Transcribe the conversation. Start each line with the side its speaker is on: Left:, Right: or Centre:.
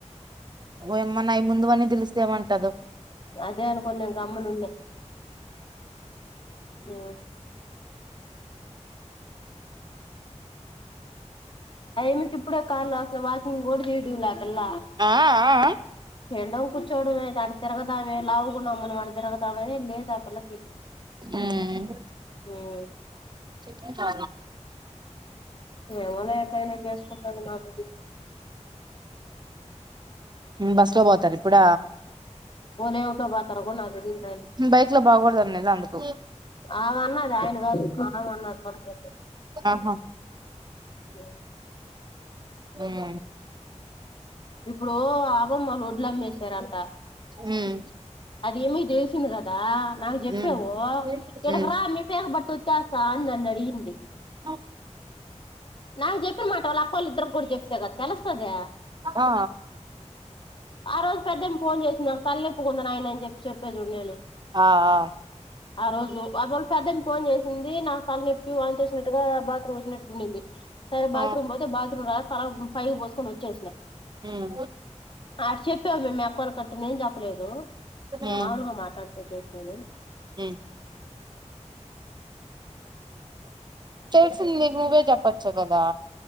Right: ఓ యమ్మ నయ్ ముందు పన్నాయ్ తెలిస్తే ఏమంటదో
Left: అదే అనుకొని నిన్ గమ్మున ఉన్నాే ఆ అయమ్మికి ఇప్పుడే కాళ్ళు వాసిన వాకింగ్ కూడా చేయడులా అ పిల్లా
Right: ఆ ఆ
Left: ఎండకు కూర్చోడమే అటు తిరుగుదామే లావుగున్నావామ్మ నువ్ అడ్ తిరుగుతావని లే స పిల్లకి
Right: మ్మ్
Left: హుం
Right: చెాల
Left: ఏమో లే <unintelligible> టైనా చేసుకుంటంది నాకు తెలియదు
Right: బస్ లో పోతార ఇప్పుడ
Left: పోనేవారితొ పాతరో కుడ నాకు తెలియదు గాని
Right: బైక్ లో బాగూడదు అన్నది అందుకు
Left: ఆవన్నది ఆయన కాదు అవన్నది మనకేం
Right: ఆహా
Left: కే
Right: హ్మ్
Left: ఇప్పుడు ఆవమ్మ రోడ్లు అమ్మేసారంట
Right: ఉమ్
Left: అది ఏమి డేసిన్ కదా నాకు చెప్పేవు
Right: ఉమ్
Left: ఇక్కడకి
Right: ఉమ్
Left: రా మీ పేక పట్టు వచ్చస్తా అని అని నన్ను అడిగింది
Right: అ
Left: నాకు చెప్పిన మాట వాళ్ళ అక్కోళ్ళ ఇద్దరికీ కూడా చెప్తే కదా తెలుస్తది
Right: ఆ
Left: ఆ రోజు పెద్దేమి ఫోన్ చేసిినా తలనొప్పిగా ఉంది నయినా అని చెప్పి చెప్పే చూడు నేను
Right: ఆ ఆ
Left: ఆ రోజు అ వాళు పెద్దని ఫోన్ చేసింది నాకు తల్ నొప్పి, వాంతూ వచ్చినట్టుగా, బాత్రూమ్ వచ్చినట్టు ఉండింది. సరే బాత్రూమ్
Right: ఆ
Left: పోతే, బాత్రూమ్ రా తల పైవ్ పోసుకొని వచ్చేసినా
Right: ఉమ్
Left: అటు చెప్పా మే మీ అక్కొల్ల కి అంటే నేన్ చెప్పలేదు
Right: ఉమ్
Left: మే మాముూలుగా మాట్లాడి పెట్టేసేది
Right: ఉమ్ తెల్సింది నీకు నువ్వే జప్పచ్చు కదా